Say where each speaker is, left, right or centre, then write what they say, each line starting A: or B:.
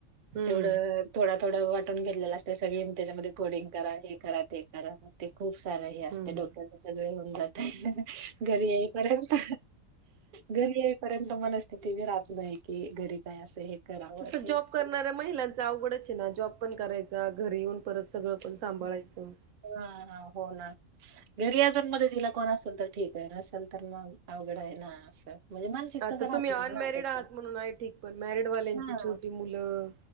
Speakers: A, on the right; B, on the right.
A: हम्म
B: तेवढं थोड थोडं वाटून घेतलेलं असत, सगळी त्याच्यामध्ये कोडिंग करा हे करा ते करा ते. खूप सारं हे असते
A: हम्म
B: डोक्याचं सगळे होऊन जातय. घरी येईपर्यंत, घरी येईपर्यंत मन स्थिती बी राहत नाही, की घरी काय असं हे करावं
A: तसं
B: ते
A: जॉब
B: करावं.
A: करणाऱ्या महिलांच आवघडच आहे ना, जॉब पण करायचा घरी येऊन परत सगळं पण सांभाळायचं
B: हा, हा, हो ना. घरी अजून मध्ये तिला कोण असेल तर ठीक आहे, नसेल तर म अवघड आहे ना असं. म्हणजे मानसिकताच
A: आता
B: राहत
A: तुम्ही अनमॅरिड
B: नाही ना त्याची
A: आहात म्हणून आहे ठीक. पण मॅरिडवाल्यांची
B: हा
A: छोटी मुलं